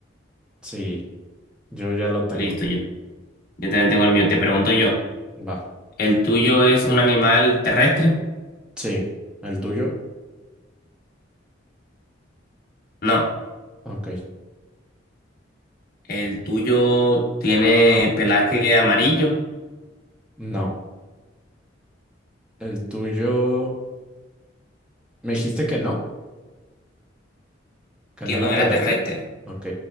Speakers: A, in the centre; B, on the left.
A: sí, yo ya lo tengo.
B: Listo, yo. Yo también tengo el mío. Te pregunto yo.
A: Va,
B: ¿El tuyo es un animal terrestre?
A: sí. ¿El tuyo?
B: No.
A: Ok.
B: ¿El tuyo tiene pelaje amarillo?
A: No. ¿El tuyo? ¿Me dijiste que no? ¿Que
B: Que
A: no
B: no
A: era
B: era
A: terrestre?
B: terrestre.
A: Ok.